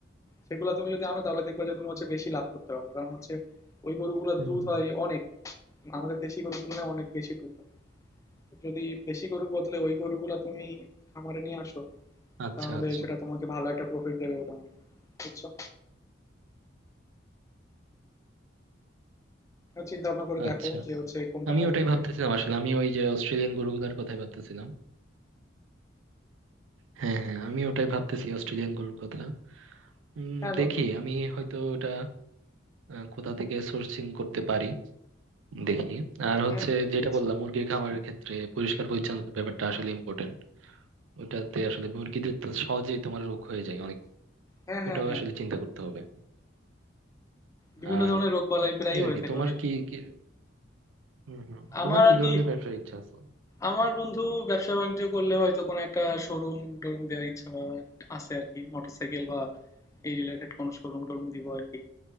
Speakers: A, on the left (about 15°); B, on the right (about 80°).
A: সেগুলো তুমি যদি আনো তাহলে দেখবা যে তুমি হচ্ছে বেশি লাভ করতে পারবে কারণ হচ্ছে ওই গরুগুলোর
B: হুম
A: দুধ
B: হুম।
A: হয় অনেক আমাদের দেশি গরুর তুলনায় অনেক বেশি দুধ হয় যদি দেশি গরুর বদলে ওই গরুগুলো তুমি খামারে নিয়ে আসো
B: আচ্ছা
A: তাহলে
B: আচ্ছা
A: সেটা তোমাকে ভালো একটা প্রফিট দেবে বলে আমার মনে হয় বুঝছো চিন্তা ভাবনা করে
B: আচ্ছা
A: দেখো যে হচ্ছে কোনটা
B: আমি ওটাই
A: তুমি
B: ভাবতেছিলাম
A: করতে চাও
B: আসলে আমি ওই যে অস্ট্রেলিয়ান গরুগুলার কথাই ভাবতেছিলাম হ্যাঁ হ্যাঁ আমি ওটাই ভাবতেছি অস্ট্রেলিয়ান গরুর কথা উম
A: হ্যাঁ বন্ধু
B: দেখি আমি হয়তো ওটা আহ, কোথা থেকে সোর্সিং করতে পারি দেখি আর হচ্ছে
A: হ্যাঁ ঠিক
B: যেটা
A: আছে
B: বললাম মুরগির খামারের ক্ষেত্রে পরিষ্কার পরিচ্ছন্নতার ব্যাপারটা আসলে ইম্পর্টেন্ট ওটাতে আসলে মুরগিদের তো সহজেই তোমার রোগ হয়ে যায় অনেক
A: হ্যাঁ
B: ওটাও
A: হ্যাঁ হ্যাঁ
B: আসলে চিন্তা করতে হবে
A: বিভিন্ন
B: আর
A: ধরনের রোগবালাই প্রায়ই
B: এই
A: হয়ে
B: আর কি
A: থাকে
B: তোমার
A: ওইসব
B: কি কি হম হম
A: আমার
B: তোমার কি
A: আর
B: ধরনের
A: কি
B: ব্যবসার ইচ্ছা আছে
A: আমার বন্ধু ব্যবসা বাণিজ্য করলে হয়তো কোনো একটা শোরুম টোরুম দেওয়ার ইচ্ছা বা আছে আর কি মোটরসাইকেল বা এই রিলেটেড কোনো শোরুম টোরুম দিব আর কি